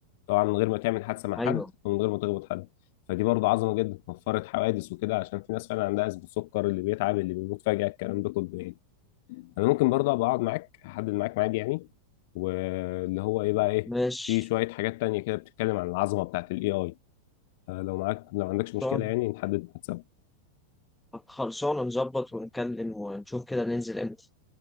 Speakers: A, on the left; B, in the centre.
A: طبعا من غير ما تعمل حادثه مع
B: ايوه
A: حد ومن غير ما تخبط حد فدي برضه عظمه جدا وفرت حوادث وكده عشان في ناس فعلا عندها ازمه سكر اللي بيتعب اللي بيموت فجاه الكلام ده كله يعني انا ممكن برضه ابقى اقعد معاك احدد معاك ميعاد يعني واللي هو ايه بقى ايه
B: ماشي
A: في شويه حاجات تانية كده بتتكلم عن العظمه بتاعت الاي اي لو معاك لو عندكش
B: خلصان-
A: مشكله يعني نحدد ميعاد سوا
B: خلصانة نظبط ونتكلم ونشوف كده ننزل امتى